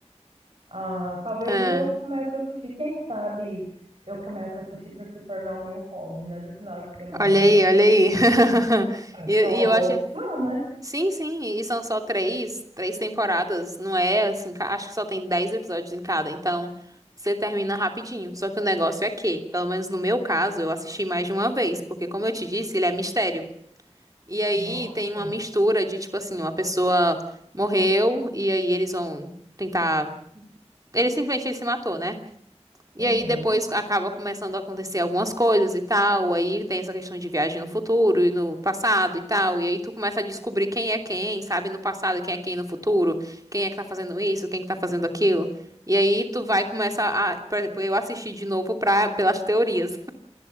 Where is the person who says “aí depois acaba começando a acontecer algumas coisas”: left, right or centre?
Right